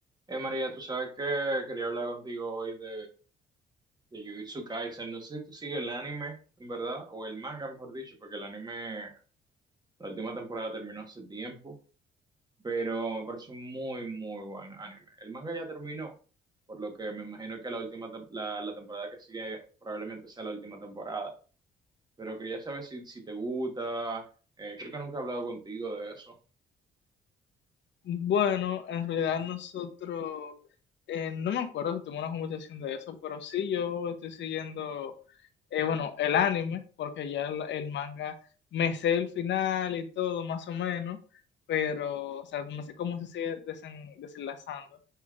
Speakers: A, on the right; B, on the left.
A: Eh, María, tú sabes que quería hablar contigo hoy de, de Jujutsu Kaisen. No sé si tú sigues el anime, en verdad, o el manga, mejor dicho, porque el anime, la última temporada terminó hace tiempo, pero me parece un muy, muy buen anime. El manga ya terminó, por lo que me imagino que la última, tem- la, la temporada que sigue probablemente sea la última temporada. Pero quería saber si, si te gusta. eh, creo que nunca he hablado contigo de eso.
B: Bueno, en realidad nosotros, eh, no me acuerdo si tuvimos una conversación de eso, pero sí yo estoy siguiendo, eh, bueno, el anime, porque ya el, el manga me sé el final y todo, más o menos, pero, o sea, no sé cómo se sigue desen- desenlazando.